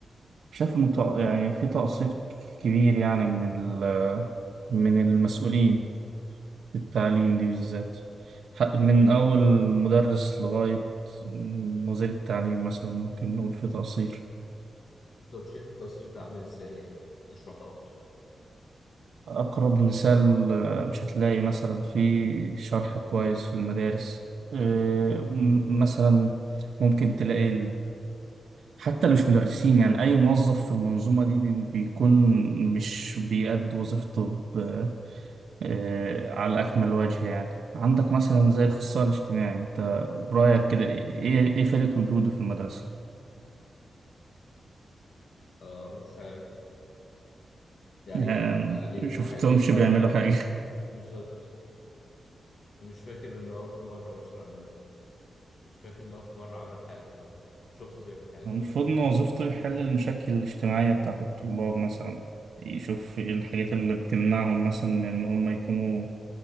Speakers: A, on the right; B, on the left.
A: شايف إن تق- يعني في تقصير كبير يعني من ال من المسؤولين في التعليم دي بالذات ح- من أول مدرس لغاية وزير التعليم مثلا ممكن نقول في تقصير
B: بالظبط شايف التأثير ده عامل إزاي يعني ممكن تشرحه أكتر؟
A: أقرب مثال آه، مش هتلاقي مثلا في شرح كويس في المدارس آه، م- مثلا ممكن تلاقي حتى اللي مش مدرسين يعني أي موظف في المنظومة دي بي- بيكون مش بيأدي وظيفته ب- آه، على أكمل وجه يعني عندك مثلا زي الأخصائي الاجتماعي أنت برأيك كده إيه إيه فائدة وجوده في المدرسة؟
B: آه مش عارف يعني
A: يعني
B: يعني
A: شفتهمش
B: حقيقي فعلا
A: بيعملوا حاجة
B: بالظبط مش فاكر ان هو في مرة مثلا مش فاكر ان هو في مرة عمل حاجة فعلا شفته بيعمل حاجة
A: المفروض
B: اصلا
A: إن وظيفته يحل المشاكل الاجتماعية بتاعت الطلاب مثلا يشوف إيه الحاجات اللي بتمنعهم مثلا من إن هم يكونوا